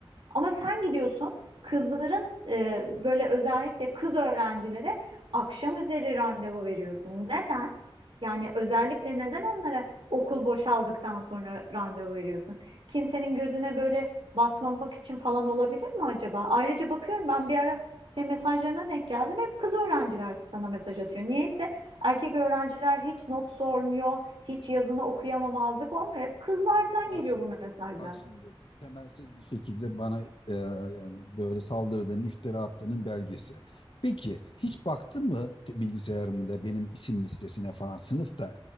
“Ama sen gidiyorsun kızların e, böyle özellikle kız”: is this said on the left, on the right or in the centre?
Right